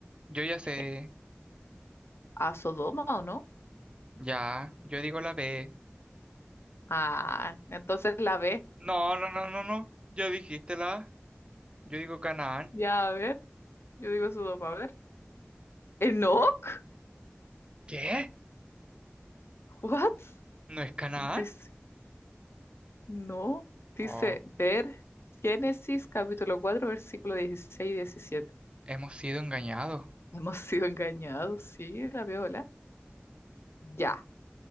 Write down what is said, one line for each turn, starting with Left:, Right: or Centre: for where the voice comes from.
Right: Yo ya sé.
Left: ¿Qué? ¿A Sodoma o no?
Right: Ya, yo digo la B.
Left: Ah, entonces la B.
Right: No, no, no, no, no. Ya dijiste la A. Yo digo Canaán.
Left: Ya, a ver, yo digo Sodoma, a ver. ¿Enoc?
Right: ¿Qué?
Left: ¿What?
Right: ¿No es Canaán?
Left: Dice, no, dice
Right: Oh,
Left: ver Génesis capítulo 4 versículo 16 y 17.
Right: hemos sido engañados.
Left: Hemos sido engañados, sí, la viola. Ya.